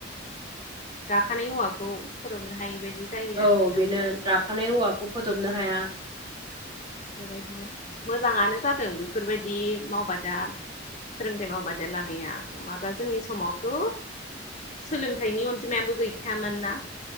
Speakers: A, on the left; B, on the right.
A: गाखानाय औवाखौ फदबनो हायि बायदि जायो
B: औ
A: आरोना
B: बेनो राखाानाय
A: औ औ
B: औवाखौ फोदबनो हाया
A: बेबायदिनो मोजाङानो जादों बेफोरबायदि मावबादा फोरोंथायाइ मावबादेर लानाया नङाब्ला जोंनि समावथ' सोलोंथाइनि अनजिमायाबो गैखायामोन ना?